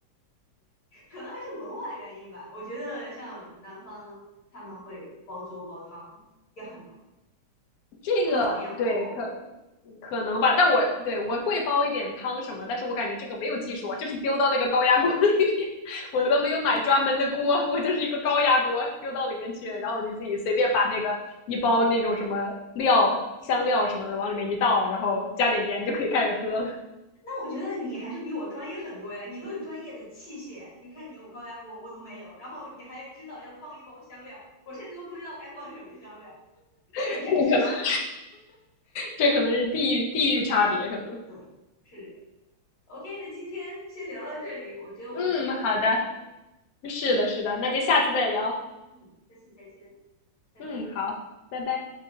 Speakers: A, on the left; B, on the left.
A: 可能还是文化原因吧。我觉得像南方他们会煲粥煲汤也很难，
B: 这个对可
A: 更考验火候。
B: 可能吧，但我对我会煲一点汤什么，但是我感觉这个没有技术啊，就是丢到那个高压锅 <laughs> 里面，我都没有买专门的锅，我就是一个高压锅丢到里面去，然后你自己随便把那个一包那种什么料、香料什么的往里面一倒，然后加点盐就可以开始喝了。<laughs>
A: 那我觉得你还是比我专业很多呀，你都有专业的器械，你看你有高压锅，我都没有，然后你还知道要放一包香料，我甚至都不知道该放什么香料，这也是知识嘛？
B: 这可能这可能是地域地域差别，可能。
A: 对，是这样。OK，那今天先聊到这里，我觉得我们真的聊了很多，
B: 嗯，好的，是的，是的，那就下次再聊。
A: 嗯，下次再见，拜拜。
B: 嗯，好，拜拜。